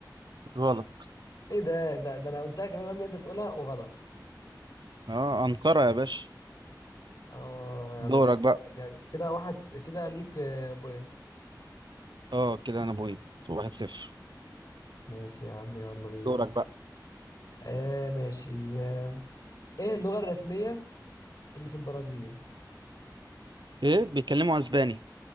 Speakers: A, on the right; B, on the left.
A: غلط
B: ايه ده ده ده انا قلتها كمان قبل ما انت تقولها وغلط
A: اه أنقرة يا باشا
B: اه معلش
A: دورك بقى
B: المرة الجاية. كده واحد س- كده ليك آه، بوينت
A: اه كده انا بوينت واحد صفر
B: ماشي يا عم يلا بينا
A: دورك بقى
B: آه ماشي آه. ايه اللغة الرسمية اللي في البرازيل
A: ايه بيتكلموا اسباني